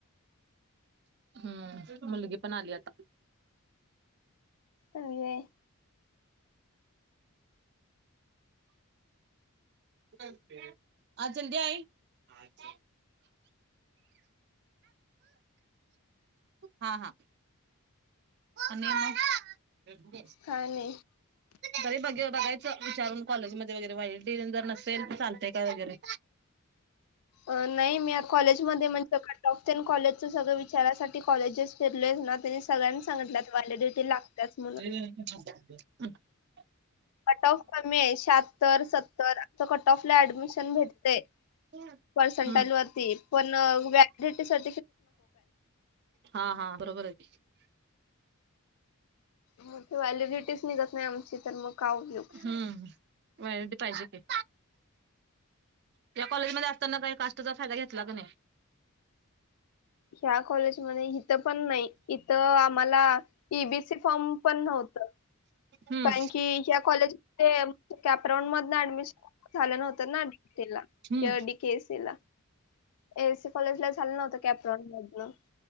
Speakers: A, on the right; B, on the left.
A: हम्म मुलगी पण आली आता.
B: अजे.
A: आज जल्दी आई. अच्छा. हा हा. आणि मग.
B: काय नाही
A: तरी बघे बघायच विचारून कॉलेजमध्ये वगैरे वाईट डिन जर नसेल तर चालतय काय वगैरे.
B: अ नाही मी आता कॉलेज मध्ये म्हण. सग टॉप टेन कॉलेजच सगळं विचारासाठी कॉलेजेस फिरले ना त्यांनी सगळ्यांनी सांगितल्यात व्हॅलिडिटी लागतच म्हणून.
A: हम्म हम्म. <inaudible>
B: कट ऑफ कमी शात्तर सत्तर आ कट ऑफ ला ऍडमिशन भेटते.
A: हम्म
B: पर्सेंटाज वरती पण वॅडिटी सर्.
A: हा हा बरोबर आहे की.
B: मग ती व्हॅलिडिटीच निघत नाही आमची. तर मग काय उपयोग
A: हूं व्यारंटी पाहिजे ती. त्या कॉलेजमध्ये असताना काही कास्टचा फायदा, घेतला का नाही?
B: ह्या कॉलेजमध्ये इथं पण नाही, इथं आम्हाला ईबीसी फॉर्म पण नव्हतं.
A: हम्म.
B: कारण की या कॉलेजमध्ये कॅपरांउड मधनं ऍडमिशन झालं नव्हतं. त ना <unintelligible>
A: हम्म.
B: किंवा डी के सी लां. एआयसी कॉलेज ला झालं नव्हत कॅप राऊंड मधन,